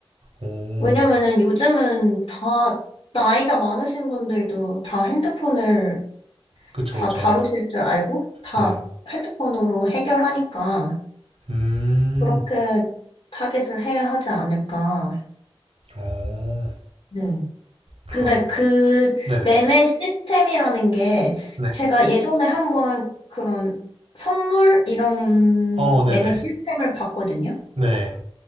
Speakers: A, on the right (about 85°); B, on the left (about 65°).
A: 오,
B: 왜냐면은 요즘은 다, 나이가 많으신 분들도 다 핸드폰을
A: 그쵸,
B: 다
A: 그쵸.
B: 다루실 줄 알고 다
A: 네.
B: 핸드폰으로 해결하니까
A: 음,
B: 그렇게 타겟을 해야 하지 않을까.
A: 오,
B: 네.
A: 아,
B: 근데 그
A: 네네.
B: 매매 시스템이라는 게
A: 네.
B: 제가 예전에 한번 그런 선물 이런
A: 어, 네네.
B: 매매 시스템을 봤거든요.
A: 네.